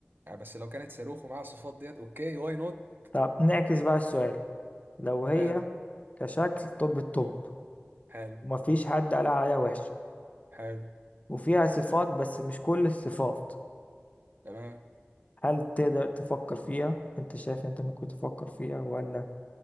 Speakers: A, on the right; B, on the left.
A: آه بس لو كانت صاروخ ومعاها الصفات ديت اوكي واي نوت
B: طب نعكس بقى السؤال لو هي
A: حلو
B: كشكل طب الطب
A: حلو
B: ومفيش حد قال عليها وحشة
A: حلو
B: وفيها صفات بس مش كل الصفات
A: تمام
B: هل تقدر تفكر فيها انت شايف انت ممكن تفكر فيها ولا